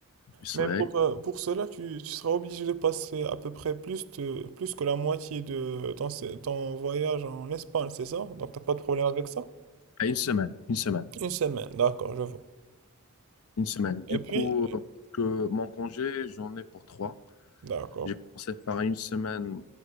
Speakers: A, on the left; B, on the right.
A: du soleil.
B: Mais pour, euh, pour cela, tu, tu seras obligé de passer à peu près plus, de, plus que la moitié de ton, sé- ton voyage en Espagne, c'est ça? Donc t'as pas de problème avec ça?
A: À une semaine, une semaine,
B: Une semaine, d'accord, je vois.
A: une semaine. Du
B: Et puis,
A: coup, euh, que mon congé, j'en ai pour trois.
B: d'accord,
A: J'ai pensé faire une semaine